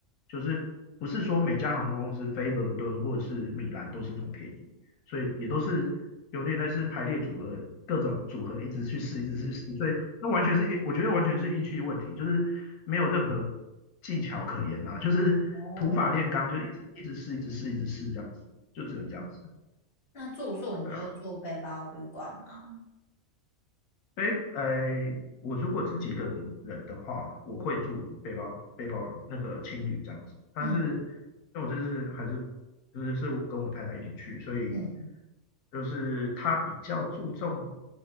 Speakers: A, on the left; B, on the left.
A: 就是不是说每家航空公司飞伦敦或者是米兰都是这么便宜，所以也都是有点类似排列组合，各种组合一直去试，一直去试，所以那完全是运，我觉得完全是运气问题，就是没有任何技巧可言啊，就是土法炼钢，
B: 哦，
A: 就一直一直试，一直试，一直试这样子，就只能这样子，
B: 那住宿你就住背包旅馆吗？
A: 对啊。背，呃，我如果自己一个人人的话，我会住背包背包那个青旅这样子。但是，
B: 嗯
A: 因为我这次还是就是是我跟我太太一起去，所以
B: 嗯，
A: 就是她比较注重